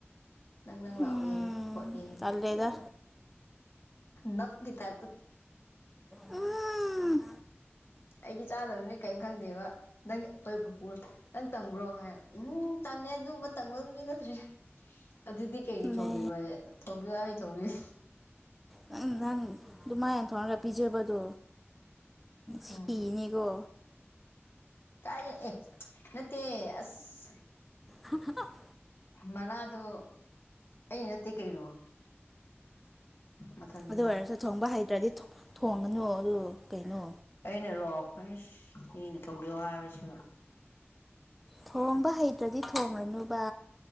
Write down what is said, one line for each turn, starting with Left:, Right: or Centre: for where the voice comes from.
Left: ꯅꯪ ꯅꯪ ꯂꯥꯛꯋꯦ
Centre: ꯎꯝ
Left: ꯍꯂ
Centre: ꯇꯜꯂꯦꯗ
Left: ꯅꯞ ꯇ
Centre: ꯎꯝ
Left: ꯑꯩꯒꯤ ꯆꯥꯗꯕꯅꯦ ꯀꯔꯤꯝ ꯈꯪꯗꯦꯕ ꯅꯪ ꯑꯩꯈꯣꯏ ꯅꯪ ꯇꯪꯕ꯭ꯔꯣ ꯍꯥꯏ ꯎꯝ ꯇꯪꯅꯦ ꯑꯗꯨ ꯑꯃ ꯇꯪꯕ ꯃꯤ ꯅꯠꯇ꯭ꯔꯦ ꯑꯗꯨꯗꯤ ꯀꯩꯀꯩ ꯊꯣꯡꯕꯤꯌꯅꯦ
Centre: ꯂꯦ
Left: ꯊꯣꯡꯕꯤꯌꯨ ꯍꯥꯏꯕꯩ ꯊꯣꯡꯕꯤꯌꯨ
Centre: ꯅꯪ ꯅꯪ ꯑꯗꯨꯃꯥꯏꯅ ꯊꯣꯡꯉꯒ ꯄꯤꯖꯕꯗꯣ ꯁꯤꯅꯤꯀꯣ
Left: ꯎꯝ ꯀꯥꯏ ꯑꯦ ꯅꯠꯇ ꯑꯁ
Centre: ꯍꯥ ꯍꯥ <inaudible>
Left: ꯃꯅꯥꯥꯗꯣ ꯑꯩ ꯅꯠꯇꯦ ꯀꯩꯅꯣ ꯃꯊꯟꯗꯅꯦ
Centre: ꯑꯗꯨ ꯑꯣꯏꯔꯁꯨ ꯊꯣꯡꯕ ꯍꯩꯇ꯭ꯔꯗꯤ ꯊꯣꯡꯉꯅꯨ ꯑꯗꯨ ꯀꯩꯅꯣ
Left: ꯑꯩꯅꯔꯣ ꯈꯣꯏ ꯃꯤꯅ ꯊꯣꯡꯕꯤꯌꯣ ꯍꯥꯏꯕꯁꯤ
Centre: ꯊꯣꯡꯕ ꯍꯩꯇ꯭ꯔꯗꯤ ꯊꯣꯡꯉꯅꯨꯕ